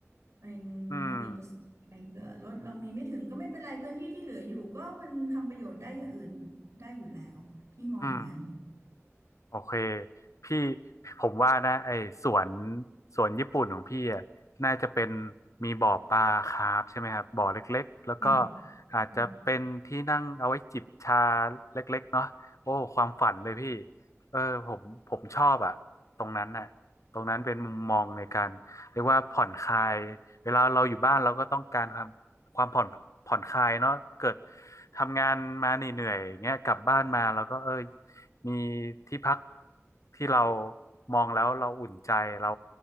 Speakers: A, on the right; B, on the left.
A: เป็นอเนกประสงค์ไปเผื่อรถเรามีไม่ถึงก็ไม่เป็นไรพื้นที่ที่เหลืออยู่ก็มันทำประโยชน์ได้อย่างอื่นได้อยู่แล้วพี่มองอย่างนั้น
B: อืมอืมโอเคพี่ผมว่านะไอ้สวนสวนญี่ปุ่นของพี่อะน่าจะเป็นมีบ่อปลาคาร์ฟใช่ไหมครับบ่อเล็กๆแล้วก็
A: ค่ะ
B: อาจจะเป็นที่นั่งเอาไว้จิบชา
A: อืม
B: เล็กๆเนาะโอ้ความฝันเลยพี่เออผมผมชอบอะตรงนั้นน่ะตรงนั้นเป็นมุมมองในการเรียกว่าผ่อนคลายเวลาเราอยู่บ้านเราก็ต้องการความ ความผ่อนผ่อนคลายเนาะเกิดทำงานมาเหนื่อยๆอย่างเงี้ยกลับบ้านมาแล้วก็เออมีที่พักที่เรามองแล้วเราอุ่นใจเรา